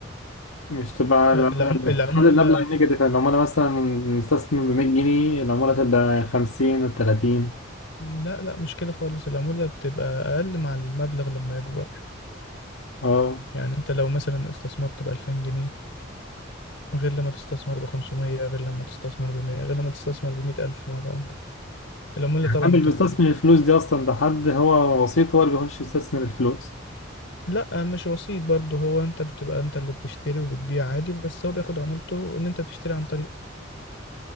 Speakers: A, on the left; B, on the left.
A: مش تبقى العمولة
B: آه، العم...
A: اللي
B: العمولة
A: بتخلي المبلغ نيجاتيف يعني لو أنا مثلا مستثمر بمية جنيه العمولة تبقى خمسين تلاتين
B: لا لا مش كده خالص العمولة بتبقى أقل مع المبلغ لما يكبر
A: آه
B: يعني أنت لو مثلا استثمرت بألفين جنيه غير لما تستثمر بخمسمية غير لما تستثمر بمية غير لما تستثمر بمية ألف مرة واحدة العمولة
A: يعني
B: طبعا
A: أنا مش
B: بتختلف
A: بستثمر الفلوس دي أصلا ده حد هو وسيط هو اللي بيخش يستثمر الفلوس
B: لا مش وسيط برضه هو أنت بتبقى أنت اللي بتشتري وبتبيع عادي بس هو بياخد عمولته إن أنت بتشتري عن طريق